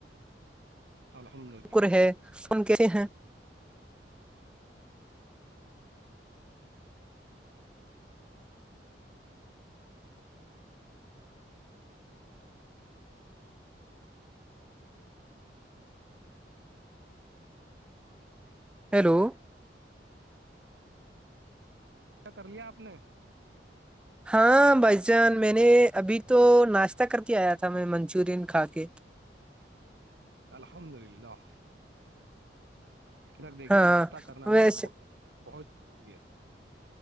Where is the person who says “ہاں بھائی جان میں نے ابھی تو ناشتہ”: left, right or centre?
Centre